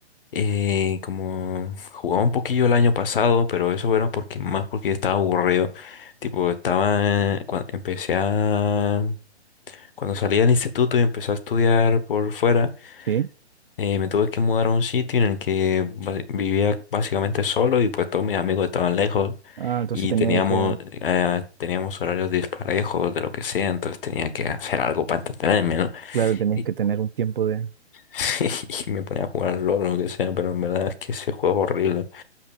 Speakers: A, on the left; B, on the right.
A: eh, como, jugaba un poquillo el año pasado, pero eso era porque, más porque estaba aburrido. Tipo, estaba, cuando empecé a, cuando salí del instituto y empecé a estudiar por fuera.
B: Sí.
A: Eh, me tuve que mudar a un sitio en el que ba- vivía básicamente solo y pues todos mis amigos estaban lejos
B: Ah, entonces
A: y
B: tenía
A: teníamos,
B: que,
A: eh, teníamos horarios disparejos de lo que sea, entonces tenía que hacer algo para entretenerme, ¿no?
B: claro, tenías
A: Y,
B: que tener un tiempo de...
A: <laughs> y me ponía a jugar LOL o lo que sea, pero en verdad es que ese juego es horrible.